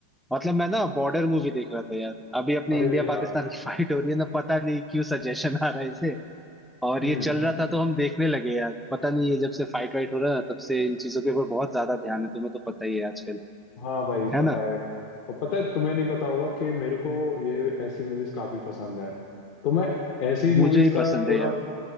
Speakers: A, in the centre; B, on the left.
A: मतलब मैं ना बॉर्डर मूवी देख रहा था यार अभी अपने
B: अरे
A: इंडिया
B: यार
A: पाकिस्तान की फाइट हो रही है ना पता नहीं क्यों सजेशन आ रहा है इसे और
B: हम्म
A: ये चल रहा था तो हम देखने लगे यार पता नहीं ये जब से फाइट वाइट हो रहा है ना तब से इन चीजों के ऊपर बहुत ज्यादा ध्यान है तुम्हें तो पता ही है आजकल
B: हाँ भाई
A: है
B: पता
A: ना
B: है और पता है तुम्हें नहीं पता होगा कि मेरे को ये ऐसी मूवीज काफी पसंद है तो मैं ऐसी मूवीज
A: मुझे ही
B: का
A: पसंद
B: थोड़ा
A: है यार